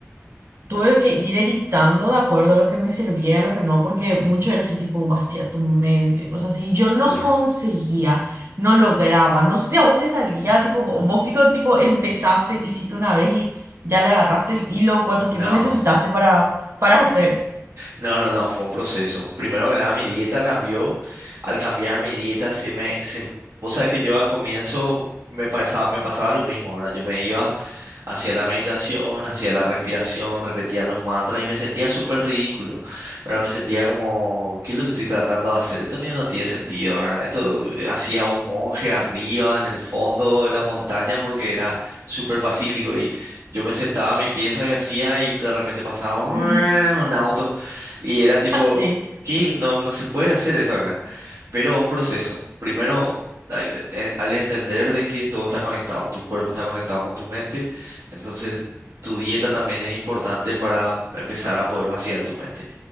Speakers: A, on the right; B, on the right.
A: tuve que ir editando de acuerdo a lo que me servía y a lo que no, porque mucho era ese tipo vacía tu mente, cosas así. Yo no
B: claro.
A: conseguía, no lograba, no sé si a vos te salía, tipo, vos pico, tipo, empezaste, hiciste una vez y ya le agarraste el hilo, ¿cuánto tiempo
B: No.
A: necesitaste para, para hacer?
B: No, no, no, fue un proceso. Primero que nada, mi dieta cambió. Al cambiar mi dieta, se me, se, vos sabés que yo al comienzo me pasaba, me pasaba lo mismo, ¿verdad? Yo me iba hacía la meditación, hacía la respiración, repetía los mantras y me sentía súper ridículo. ¿verdad? Me sentía como, ¿qué es lo que estoy tratando de hacer? Esto ni- no tiene sentido, ¿verdad? Esto eh, hacía un monje arriba en el fondo de la montaña porque era súper pacífico y yo me sentaba en mi pieza y hacía y de repente pasaba un
A: <laughs>
B: un auto y era tipo,
A: Sí,
B: ¿qué? No, no se puede hacer esto acá pero un proceso. Primero, hay- eh, al entender de que todo está conectado, tu cuerpo está conectado con tu mente, entonces, tu dieta también es importante para empezar a poder vaciar tu mente.